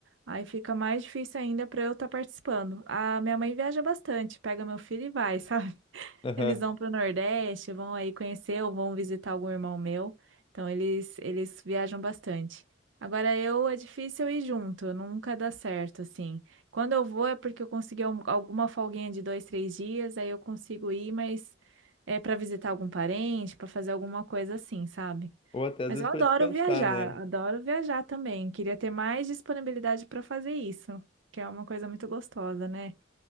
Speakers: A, on the right; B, on the left.
A: Aí fica mais difícil ainda para eu estar participando. A minha mãe viaja bastante, pega meu filho e vai, <laughs> sabe?
B: Aham.
A: Eles vão para o Nordeste, vão aí conhecer ou vão visitar algum irmão meu. Então eles eles viajam bastante. Agora eu é difícil eu ir junto, nunca dá certo assim. Quando eu vou é porque eu consegui al- alguma folguinha de dois, três dias, aí eu consigo ir, mas é para visitar algum parente, para fazer alguma coisa assim, sabe?
B: Ou até às
A: Mas
B: vezes
A: eu
B: para
A: adoro
B: descansar,
A: viajar,
B: né?
A: adoro viajar também. Queria ter mais disponibilidade para fazer isso, que é uma coisa muito gostosa, né?